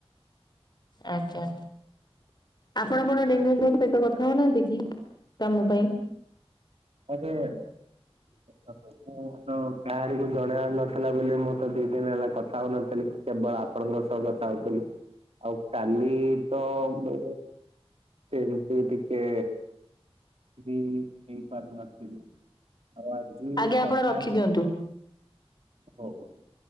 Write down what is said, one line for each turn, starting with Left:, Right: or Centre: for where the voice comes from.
Left: ଆଜ୍ଞା। ଆପଣ କଣ ଡେଙ୍ଗୁ ଙ୍କ ସହିତ କଥା ହଉନାହାନ୍ତି କି କାମ ପାଇଁ?
Right: ଏବେ <inaudible> ମୁଁ ତ କାହାରିକୁୁ ଜଣେଇବାର ନଥିଲା ବୋଲି ମୁଁ ତ ଦି ଦିନ ହେଲା କଥା ହଉନଥିଲି। କେବଳ ଆପଣଙ୍କ ସହ କଥା ହଉଥିଲି। ଆଉ କାଲି ତ ମୁ ସେମିତି ଟିକେ ବି ପାରିନଥିଲି। ଆଉ ଆଜି
Left: ଆଜ୍ଞା ଆପଣ
Right: କଥା
Left: ରଖିଦିଅନ୍ତୁ।
Right: <unintelligible>